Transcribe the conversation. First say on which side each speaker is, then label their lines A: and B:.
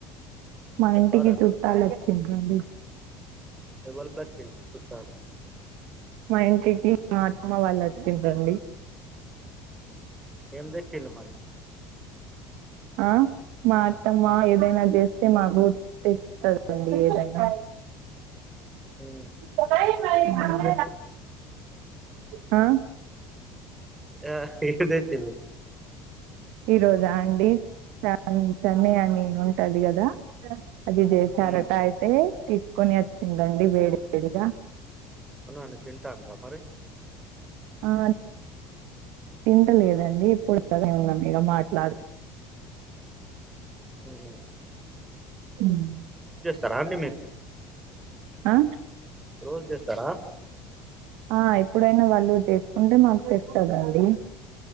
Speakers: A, on the right; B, on the right.
A: మా
B: చెప్పాలండి
A: ఇంటికి చుట్టాలు వచ్చిండ్రండి
B: ఎవల్లు వచ్చిండ్రు చుట్టాలు
A: మా ఇంటికి మా అత్తమ్మ వాళ్ళు వచ్చింరండీ
B: ఏం తెచ్చిండ్రు మరి
A: ఆ మా అత్తమ్మ ఏదైనా చేస్తే మాకు తెస్తాదండి ఏదైనా
B: మ్
A: ఉమ్మ్
B: ఏం తెచ్చిళ్ళు
A: ఆ
B: ఆ ఏం తెచ్చిళ్లు
A: ఈరోజా అండి చ చెన్నై అని ఉంటది కదా అది చేశారటా
B: మ్
A: అయితే తీసుకొని వచ్చిందండి వేడి వేడిగా
B: అవునాండి తింటాండ్రా మరి
A: ఆ తింటలేదండి ఇప్పుడు <unintelligible> మిద మాట్లాడుతు
B: మ్మ్ఉహ్మ్
A: ఉమ్మ్
B: చేస్తారాండి మీ
A: ఆ
B: రోజు చేస్తారా
A: ఆ ఎప్పుడైనా వాళ్ళు చేసుకుంటే మాకు తెస్తాదండి